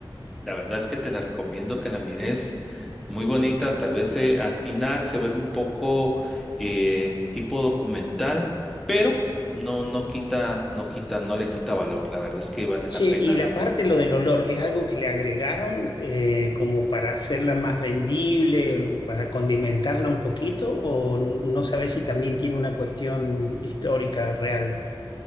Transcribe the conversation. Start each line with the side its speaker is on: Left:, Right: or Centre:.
Centre: la verdad es que te la recomiendo que la mires. Muy bonita, tal vez eh, al final se vuelve un poco eh, tipo documental, pero no, no quita, no quita, no le quita valor. La verdad es que vale
Left: Che,
Centre: la pena
Left: y la parte, lo del olor, ¿es algo que le agregaron eh, como para hacerla más vendible, para condimentarla un poquito? ¿O no sabes si también tiene una cuestión histórica real?